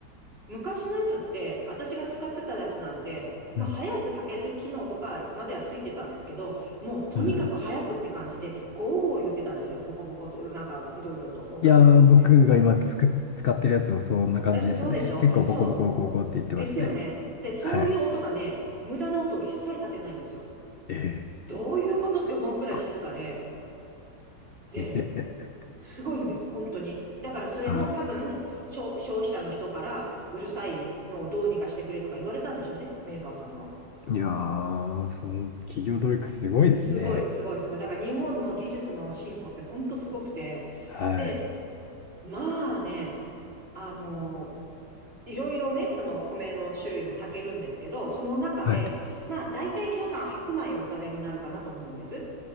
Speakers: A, on the right; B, on the left.
A: 昔のやつって、私が使ってたやつなんて、まあ、
B: うん
A: 早く炊ける機能とかまではついてたんですけど、もうとにかく早くって感じで、
B: うん。
A: ゴーゴー言ってたんですよ。ボコボコと、なんかいろいろと音がうるさくて。
B: いやー、僕が今つく、使ってるやつもそんな感じですね。
A: え、そうでしょそ
B: 結構ボコボコボコボコって言ってますね。
A: う。ですよね。で、そういう音がね、
B: はい。
A: 無駄な音を一切立てないんですよ。
B: ええ
A: どういうことって思うくらい静かで、
B: すっご
A: で、
B: い。<laughs>
A: すごいんです、本当に。だからそれも多分、
B: あ
A: 消消費者の人からうるさいのをどうにかしてくれとか言われたんでしょうね、メーカーさんが。
B: いやー、その企業努力すごいですね。
A: すごい、すごい、すごい。だから日本の技術の進歩って本当すごくて。
B: はい。
A: で、まあね、あの、いろいろね、その米の種類も炊けるんですけど、その中で、
B: はい。
A: まあ大体皆さん白米をお食べになるかなと思うんです。